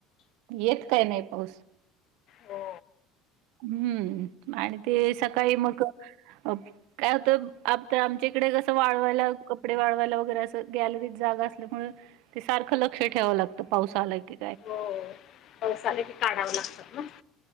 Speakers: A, on the right; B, on the left.
A: येत काय नाही पाऊस
B: हो
A: हम्म आणि ते सकाळी मग अ काय होतं आ आमच्या इकडे कसं वाळवायला कपडे वाळवायला वगैरे असं गॅलरीत जा ढग असल्यामुळे ते सारख लक्ष ठेवाव लागतं पाऊस आला कि
B: हो पावसाला की काढावं लागतात ना